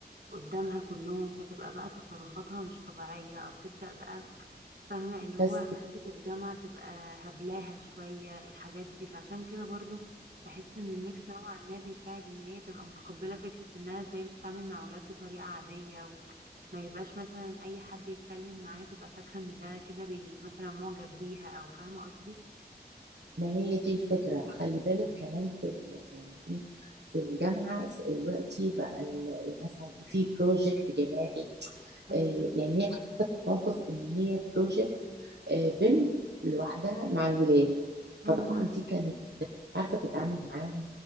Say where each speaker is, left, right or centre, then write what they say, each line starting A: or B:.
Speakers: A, on the right; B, on the right.
A: قدامها كلهم فتبقى بقى تصرفاتها مش طبيعية أو تبدأ بقى فاهمة اللي هو
B: بس
A: حتة الجامعة تبقى هبلاها شوية الحاجات دي فعشان كده برضو بحس إن الميكس نوعا ما بيساعد إن هي تبقى متقبلة فكرة إنها إزاي بتتعامل مع أولاد بطريقة عادية وما يبقاش مثلا أي حد يتكلم معاها تبقى فاكرة إن ده كده بي مثلا معجب بيها أو فاهمة قصدي؟
B: ما هي دي الفكرة خلي بالك كمان في ال... يعني ايه في الجامعة دلوقتي بقى ال- مثلا في بروجكت جماعي
A: أمم،
B: آه، يعني هي كانت موقف ان هي بروجكت بنت لوحدها مع الولاد فطبعا
A: أمم،
B: دي كانت عارفة تتعامل معاهم